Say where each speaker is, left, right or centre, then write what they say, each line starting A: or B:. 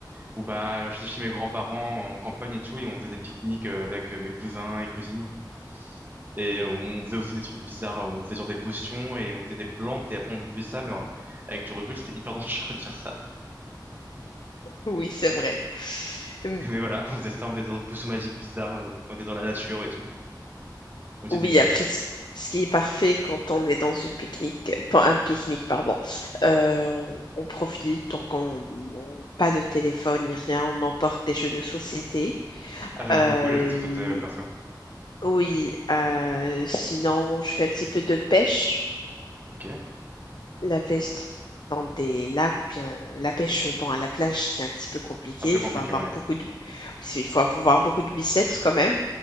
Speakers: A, on the right; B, on the left.
A: où bah j'étais chez mes grands-parents en campagne et tout, et on faisait des pique-niques euh, avec euh, mes cousins et cousines, et euh, on faisait aussi des trucs bizarres, euh, on faisait genre des potions et on mettait des plantes et après on buvait ça, mais euh, avec du recul c'était hyper <laughs> dangereux de faire ça.
B: Oui, c'est vrai. Hum,
A: Mais voilà, on faisait ça, on faisait des potions magiques bizarres, euh, quand on était dans la nature et tout, on était
B: Oui,
A: débiles.
B: après, ce ce qui est parfait quand on est dans une pique-nique, pas un pique-nique, pardon, euh, on, on profite, donc on, on- pas de téléphone ni rien, on emporte des jeux de société.
A: Ah j'aime
B: euh,
A: beaucoup les jeux de société euh, perso.
B: Oui, euh, sinon je fais un petit peu de pêche.
A: Ok, c'est
B: La pêche dans des lacs ou bien euh, la pêche bon à la plage, c'est un petit peu compliqué.
A: un peu
B: Il
A: compliqué,
B: faut avoir
A: ouais.
B: beaucoup de c'est- il faut avoir beaucoup de biceps quand même,